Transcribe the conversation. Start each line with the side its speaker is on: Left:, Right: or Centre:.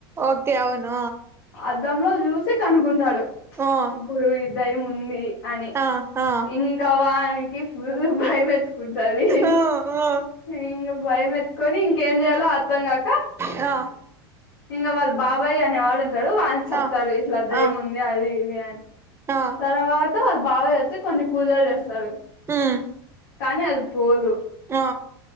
Right: ఓకే అవును
Left: అద్దంలో చూసి కనుకుంటాడు
Right: ఆ
Left: ఇప్పుడు ఈ దైమ్ ఉంది అని
Right: ఆ ఆ
Left: ఇంకా వానికి ఫుల్ భయమేతుకుంటది
Right: ఆ ఆ
Left: ఇంగ భయం ఎత్తుకొని ఇంకేం చేయాలో అర్థంగాక
Right: ఆ
Left: ఇంగా వాళ్ళ బాబాయ్ అనే వాడు ఉంటాడు వానికి చెప్తాడు
Right: ఆ
Left: ఇట్లా దయముం
Right: ఆ
Left: ది అని
Right: ఆ
Left: తర్వాత వాళ్ళ బాబాయ్ వచ్చి కొన్ని పూజలు చేస్తాడు
Right: ఉమ్
Left: కానీ అది పోదు
Right: ఆ